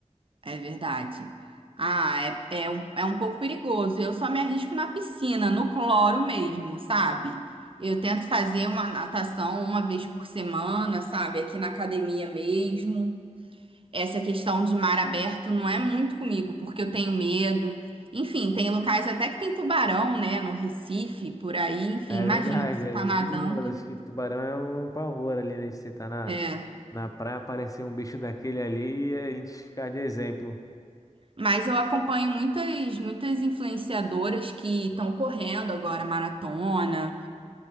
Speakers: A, on the right; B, on the left.
A: é verdade. Ah, é, é um, é um pouco perigoso. Eu só me arrisco na piscina, no cloro mesmo, sabe? Eu tento fazer uma natação uma vez por semana, sabe? Aqui na academia mesmo. Essa questão de mar aberto não é muito comigo, porque eu tenho medo. Enfim, tem locais até que tem tubarão, né? No Recife, por aí. Enfim,
B: É
A: imagina,
B: verdade,
A: você
B: é
A: tá
B: bem
A: nadando.
B: perigoso. Acho que tubarão é um pavor ali, né, de você estar na,
A: é.
B: na praia, aparecer um bicho daquele ali e a gente ficar de exemplo.
A: Mas eu acompanho muitas, muitas influenciadoras que estão correndo agora maratona